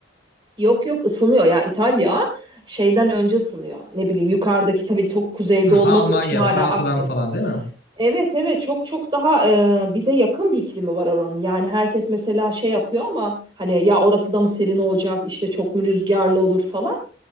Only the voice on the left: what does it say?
Hı,
Almanya,
Fransa'dan
falan değil mi?